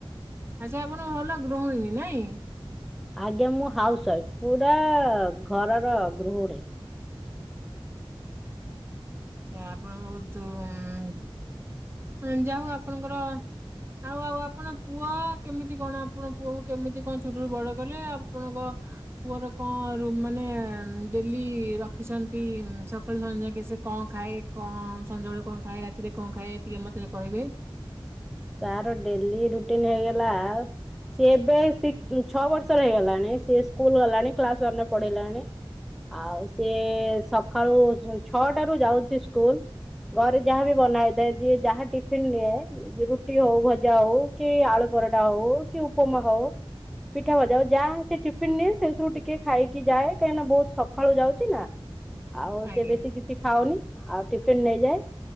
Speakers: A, on the right (about 25°); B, in the centre.
A: ଆଚ୍ଛା ଆପଣ ଭଲ ଗୃହିଣୀ ନାଇଁ?
B: ଆଜ୍ଞା, ମୁଁ ହାଉସ ୱାଇଫ, ପୁରା ଘରର ଗୃହଣୀ।
A: ସେ ଆପଣ ବହୁତ ଆଂ ହଁ, ଯାହଉ ଆପଣଙ୍କର ଆଉ ଆଉ ଆପଣ ପୁଅ କେମିତି କଣ ଆପଣ ପୁଅକୁ କେମିତି କଣ ଛୋଟୁ ବଡ କଲେ, ଆପଣଙ୍କ ପୁଅର କଣ ରୁ ମାନେ ଡେଲି ରଖିଛନ୍ତି ସକାଳୁ ସଞ୍ଜ ଯାକେ, ସେ କଣ ଖାଏ କଣ ସଞ୍ଜବେଳେ କଣ ଖାଏ ରାତିରେ କଣ ଖାଏ? ଟିକେ ମତେ କହିବେ?
B: ତାର ଡ଼େଲି ରୁଟିନ ହେଇଗଲା ସି ଏବେ ଛଅ ବର୍ଷର ହେଇଗଲାଣି, ସେ ସ୍କୁଲ ଗଲାଣି, କ୍ଲାସ ଅନ୍ୟ ପଢ଼ୀଲାଣି, ଆଉ ସିଏ ସକାଳୁ ଛଅଟା ରୁ ଯାଉଛି ସ୍କୁଲ ଘରେ ଯାହାବି ବନା ହେଇଥାଏ ଯିଏ ଯାହା ନିଏ ରୁଟି ହଉ, ଭଜା ହଉ, କି ଆଳୁ ପରଟା, ହଉ କି ଉପମା ହଉ, ପିଠା ଭଜା ହଉ, ଯାହା ସେ ଟିଫିନ ନିଏ ସେଥିରୁ ଟିକେ ଖାଇକି ଯାଏ, କାହିଁକିନା ବହୁତ ସକାଳୁ ଯାଉଛି ନା। ଆଉ
A: ଆଜ୍ଞା
B: ସେ ବେଶୀ କିଛି ଖାଉନି, ଆଉ ଟି ନେଇଯାଏ